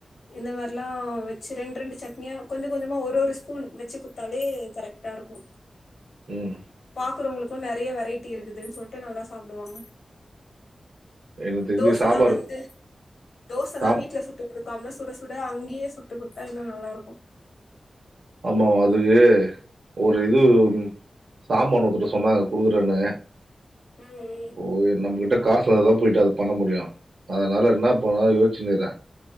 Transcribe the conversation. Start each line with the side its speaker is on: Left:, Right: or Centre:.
Left: இந்த மாறிலா வச் வெச்சு ரெண்டு ரெண்டு சட்னியா கொஞ்ச கொஞ்சமா ஒரு ஒரு ஸ்பூன் வெச்சு குட்த்தாலே கரெக்டா இருக்கு
Right: ம்
Left: பாக்கறவங்களுக்கு நெறைய வெரைட்டி இருக்குதுன்னு சொல்ட்டு நல்லா சாப்டுவாங்க
Right: எனக்கு தெரிஞ்சு
Left: தோசல்லா
Right: சாம்பார்
Left: வந்து தோசல்லா
Right: சாம்
Left: வீட்ல சுட்டு குடுக்காம சுட சுட அங்கயே சுட்டு குட்த்தா இன்னு நல்லா இருக்கு
Right: ஆமாமா அது‌ ஒரு இது சாம்பன் ஒருத்தட்ட சொன்னாங்க குடுக்குறேன்னு
Left: ம்
Right: போய் நம்மகிட்ட காசு அத போயிட்டு அது பண்ண முடியு அதனால என்ன பண்லா யோச்சுனு இக்குறே